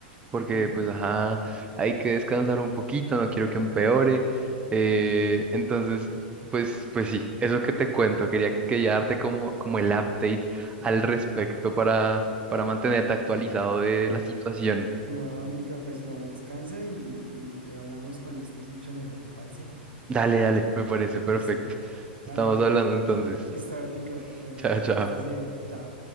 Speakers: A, on the right; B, on the right.
A: porque
B: ujú.
A: pues ajá, hay que descansar un poquito,
B: <laughs>
A: no quiero que empeore. eh, entonces, pues, pues sí, eso que te cuento, quería, quería darte como, como el update al respecto para, para mantenerte actualizado de la situación.
B: No, Nico, pues no, descansa y, y- y le hablamos cuando estés mucho mejor, ¿te parece?
A: Dale, dale, me parece perfecto.
B: Listo,
A: Estamos
B: vale,
A: hablando entonces.
B: listo, Nico. Bueno,
A: Chao, chao.
B: que estés bien, chao.